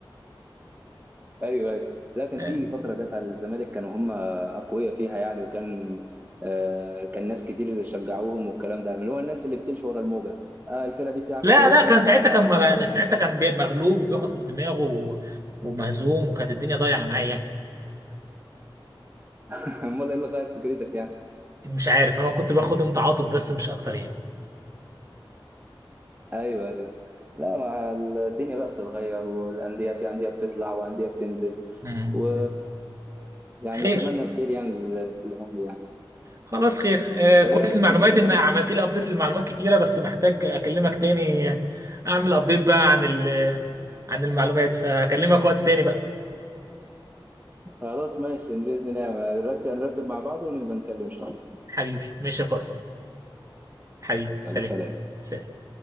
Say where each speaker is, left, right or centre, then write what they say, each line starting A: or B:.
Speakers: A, on the right (about 20°); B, on the right (about 40°).
A: ايوه ايوه لا كان
B: آه.
A: في فتره جت على الزمالك كانوا هم اقوياء فيها يعني وكان آه كان ناس كتير شجعوهم والكلام ده اللي هو الناس اللي بتمشي ورا الموجه آه الفرقه دي بتلعب
B: لا
A: كويسه
B: لا كان
A: فاحنا
B: ساعتها كان مغ...
A: هن-
B: ساعتها
A: هنشجعها
B: كان بي- مغلوب وبياخد فوق دماغه و... ومهزوم وكانت الدنيا ضايعه معايا يعني
A: <laughs> امال ايه اللي غير فكرتك يعني
B: مش عارف انا كنت باخدهم تعاطف بس مش اكتر يعني
A: ايوه ايوه لا مع الدنيا بقى بتتغير والانديه في انديه بتطلع وانديه بتنزل
B: مم.
A: و
B: مم.
A: يعني
B: خير
A: نتمنى الخير يعني لل- للاهلي يعني
B: خلاص خير آه
A: طب
B: كويس
A: ايه رايك
B: المعلومات
A: انت مثلا
B: ان عملت لي ابديت للمعلومات كتيره بس محتاج اكلمك تاني اعمل ابديت بقى عن ال عن المعلومات فاكلمك وقت تاني بقى
A: خلاص ماشي باذن الله نرتب نرتب مع بعض ونبقى نتكلم ان شاء الله
B: حبيبي ماشي يا قائد حبيبي سلام
A: يلا سلام
B: سلام